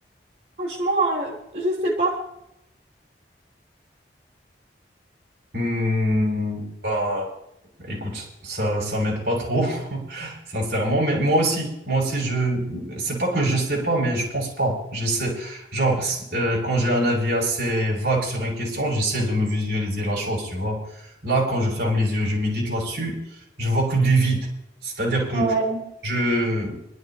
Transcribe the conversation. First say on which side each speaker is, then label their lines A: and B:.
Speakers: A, on the right; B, on the right.
A: franchement, euh, je sais pas.
B: Hmm, bah, Écoute, ça, ça m'aide pas trop, <laughs> sincèrement. Mais moi aussi, moi aussi, je, c'est pas que je sais pas, mais je pense pas. Je sais, genre, si- euh, quand j'ai un avis assez vague sur une question, j'essaie de me visualiser la chose, tu vois. Là, quand je ferme les yeux, je médite là-dessus, je vois que du vide. C'est-à-dire que
A: Ouais,
B: je,